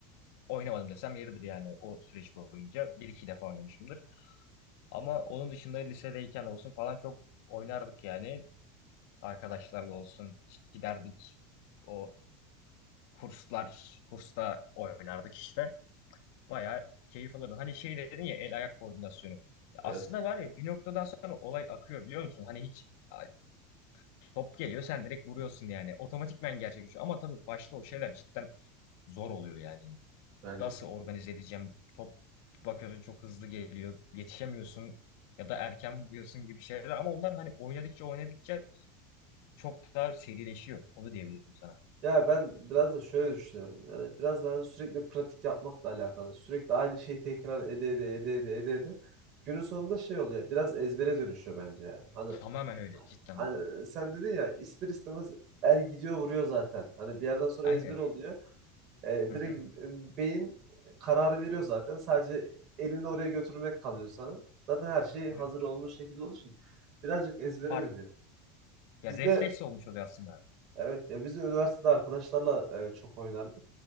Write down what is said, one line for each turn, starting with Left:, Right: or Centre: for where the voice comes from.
Left: oynamadım desem yeridir yani o süreç boyunca. Bir iki defa oynamışımdır. Ama onun dışında lisedeyken olsun falan çok oynardık yani. Arkadaşlarla olsun giderdik. O kurslar, kursta oynardık işte. Bayağı keyif alırdım. Hani şey dedin ya el ayak koordinasyonu. Ya
Right: Evet
Left: Aslında var ya bir noktadan sonra olay akıyor biliyor musun? Hani hiç a- top geliyor sen direkt vuruyorsun yani. Otomatikmen gerçekleşiyor. Ama tabii başta o şeyler cidden zor oluyor yani.
Right: bence
Left: nasıl
Right: de.
Left: organize edeceğim? Top bakıyorsun çok hızlı geliyor. Yetişemiyorsun ya da erken vuruyorsun gibi şeyler. Ama onlar hani oynadıkça oynadıkça çok daha serileşiyor. Onu diyebilirim sana.
Right: Ya ben biraz da şöyle düşünüyorum. Yani biraz daha sürekli pratik yapmakla alakalı. Sürekli aynı şeyi tekrar ede ede ede ede ede ede. Günün sonunda şey oluyor. Biraz ezbere dönüşüyor bence yani. Hani,
Left: Tamamen öyle. Cidden
Right: hani
Left: doğru.
Right: sen dedin ya ister istemez el gidiyor vuruyor zaten. Hani bir yerden sonra
Left: Aynen.
Right: ezber oluyor. E,
Left: Hı
Right: direkt
Left: hı.
Right: e, beyin kararı veriyor zaten. Sadece elini oraya götürmek kalıyor sana. Zaten her şey
Left: Hı
Right: hazır
Left: hı.
Right: olmuş şekilde olduğu için birazcık ezbere
Left: Fark
Right: dönüyor.
Left: ya
Right: Bizde
Left: refleks olmuş oluyor aslında.
Right: evet ya biz de üniversitede arkadaşlarla e, çok oynardık.